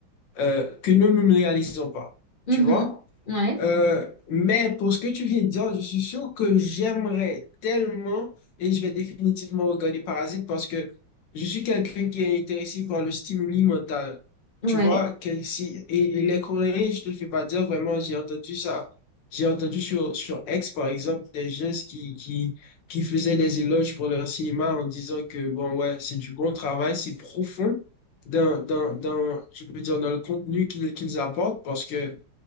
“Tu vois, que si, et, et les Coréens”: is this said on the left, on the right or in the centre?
Left